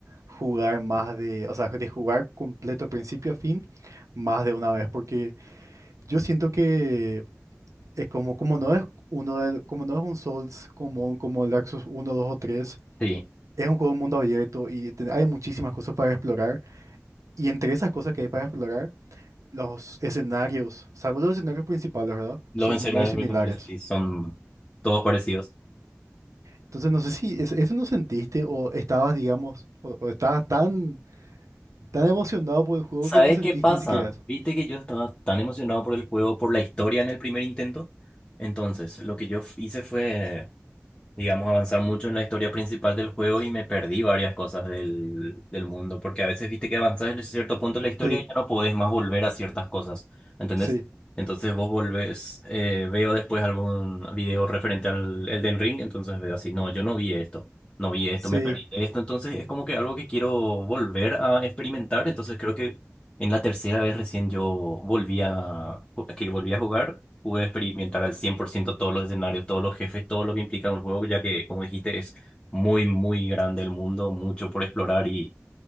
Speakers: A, on the right; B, on the left.
A: jugar más de, o sea, de jugar completo principio a fin más de una vez, porque yo siento que es como, como no es uno de- como no es un Souls común como el Dark Souls 1, 2 o tres
B: Sí,
A: es un juego de mundo abierto y te- hay muchísimas cosas para explorar, y entre esas cosas que hay para explorar, los escenarios, salvo los escenarios principales, ¿verdad?
B: los
A: Son
B: escenarios
A: muy similares.
B: virtuales sí son todos parecidos.
A: Entonces no sé si es- eso no sentiste o estabas, digamos, o, o estabas tan, tan emocionado por el juego
B: ¿Sabes
A: que no sentiste
B: qué pasa?
A: ni siquiera eso.
B: Viste que yo estaba tan emocionado por el juego, por la historia en el primer intento. Entonces, lo que yo f- hice fue digamos, avanzar mucho en la historia principal del juego y me perdí varias cosas del, del mundo, porque a veces viste que avanzás en cierto punto de la historia
A: Sí,
B: y ya no podés más volver a ciertas cosas, ¿entendés?
A: sí,
B: Entonces vos volvés, eh, veo después algún video referente al Elden Ring, entonces veo así, no, yo no vi esto, no vi esto,
A: sí.
B: me perdí esto, entonces es como que algo que quiero volver a experimentar, entonces creo que en la tercera vez recién yo volví a, que volví a jugar, pude experimentar al 100% todos los escenarios, todos los jefes, todo lo que implica un juego, ya que, como dijiste, es muy, muy grande el mundo, mucho por explorar y